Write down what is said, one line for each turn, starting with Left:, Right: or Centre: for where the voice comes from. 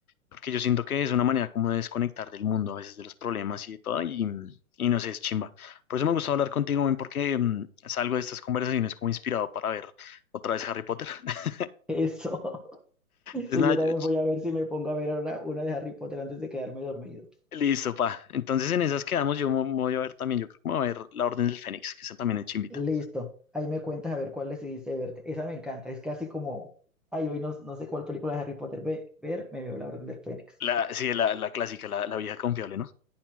Left: porque yo siento que es una manera como de desconectar del mundo, a veces de los problemas y de todo, y, y no sé, es chimba. Por eso me gustó hablar contigo, men, porque mm, salgo de estas conversaciones como inspirado para ver otra vez Harry Potter. <laughs>
Centre: Eso. Sí,
Left: Entonces, nada,
Centre: yo
Left: yo-
Centre: también
Left: yo-
Centre: voy a ver si me pongo a ver ahora una de Harry Potter antes de quedarme dormido.
Left: listo, pa. Entonces, en esas quedamos, yo me me voy a ver también, yo creo que me voy a ver La Orden del Fénix, que esa también es chimbita.
Centre: Listo. Ahí me cuentas a ver cuál decidiste verte. Esa me encanta. Es casi como, ay, hoy no, no sé cuál película de Harry Potter ve- ver, me veo La Orden del Fénix.
Left: La, sí, la, la clásica, la, la vieja confiable, ¿no?